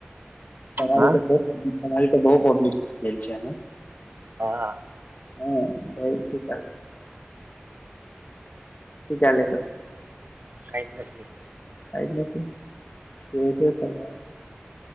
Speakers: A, on the left; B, on the right.
A: તમારી
B: હા
A: તો. અ તો બહ પબ્લિશ થ ગયેલ છે.
B: હા.
A: હમ ભાઈ ી ચાલ. શી ચાલે પ.
B: કઈ નથી.
A: કઈ જ નથી એ તો ચ.